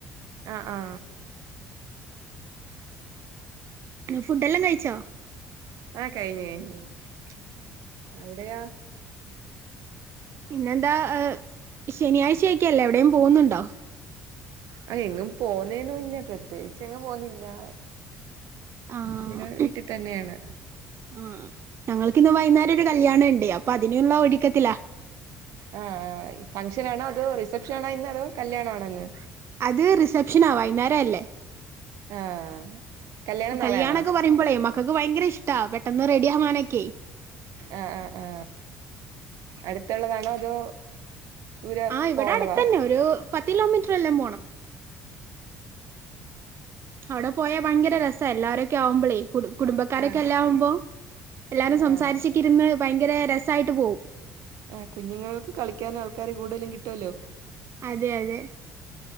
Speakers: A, on the right (about 65°); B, on the right (about 45°).
A: ആ ആ
B: ഫുഡ എല്ലാം കഴിച്ചോ.
A: ആ കഴിഞ്ഞ് കഴിഞ്ഞ്, ഴിഞ്ഞ് <unintelligible>
B: ഉം
A: എവിടെയാ..
B: പിന്നെന്താ ശനിയാഴ്ച ആയിക്കല്ലേ എവിടെയും പോകുന്നുണ്ടോ.........
A: ആ എങ്ങും പോന്നേന്നുംല്ല പ്രത്യേകിച്ച് എങ്ങും പോന്നില്ല..
B: ആഹ്
A: ഇവിടെ വീട്ടിൽ തന്നെയാണ്.
B: ആഹ് ഞങ്ങൾക്കിന്ന് വൈകുന്നേരം ഒരു കല്യാണം ഉണ്ട് അപ്പൊ അതിനെയുള്ള ഒഴിക്കത്തില.
A: ആ ഫംഗ്ഷനാണോ അതോ റിസെപ്ഷൻ ആണോ ഇന്ന് അതോ കല്യാണ ആണോ ഇന്ന്
B: അത് റിസപ്ഷനാ വൈകുന്നേര അല്ലേ.......
A: ആ കല്യാണം നാളെയാണോ
B: കല്യാണൊക്കെ പറയുമ്പോളേ...... മക്കക്ക് ഭയങ്കര ഇഷ്ട പെട്ടെന്ന് റെഡി ആവാനൊക്കെ.........
A: ആ ആ ആ അടുത്തുള്ളതാണോ അതോ......... ഇര്
B: ആഹ് ഇവിടെ
A: പോള്ളതാ....,.
B: അടുത്തന്നെ ഒരു പത്ത് കിലോമീറ്റർ എല്ലാം പോണം. അവിടെ പോയാ ഭയങ്കര രസം എല്ലാവരുംക്കെ ആവുമ്പോളേ.. കുടുംബക്കാരൊക്കെ
A: ആ
B: എല്ലകുമ്പോ. എല്ലാരും
A: ആ
B: സംസാരിച്ചൊക്കെ
A: ആ
B: ഇരുന്ന് പൈക്കര രസം ആയിട്ട് പോകും
A: ആ കുഞ്ഞുങ്ങൾക്ക് കളിക്കാന ആൾക്കാര് കൂടുതലും കിട്ടുല്ലോ.......
B: അതെ അതെ